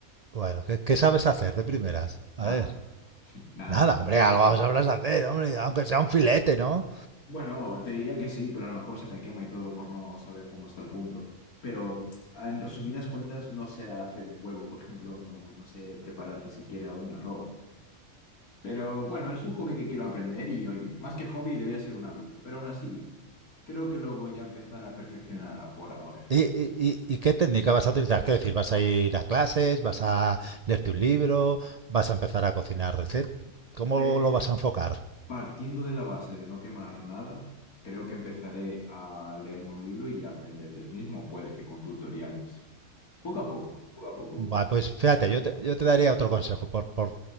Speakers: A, on the right; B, on the left.
A: Bueno, ¿qué, qué sabes hacer de primeras? A
B: Nada,
A: ver.
B: nada.
A: Nada, hombre, algo sabrás hacer, hombre, aunque sea un filete, ¿no?
B: Bueno, te diría que sí, pero a lo mejor se me quema y todo por no saber cómo está el punto. Pero en resumidas cuentas, no sé hacer un huevo, por ejemplo, no, no sé prepararte siquiera un arroz. Pero bueno, es un hobby que quiero aprender y oye, más que hobby debería ser un hábito, pero aún así creo que lo voy a empezar a perfeccionar a- por ahora.
A: ¿Y, y, y- y qué técnica vas a utilizar? Quiero decir, ¿vas a ir a clases? ¿Vas a leerte un libro? ¿Vas a empezar a cocinar recetas? ¿Cómo
B: Pues
A: lo vas a enfocar?
B: partiendo de la base de no quemar nada, creo que empezaré a leerme un libro y a aprender del mismo, puede que con tutoriales. Poco a poco, poco a poco.
A: Vale, pues fíjate, yo te, yo te daría otro consejo por, por-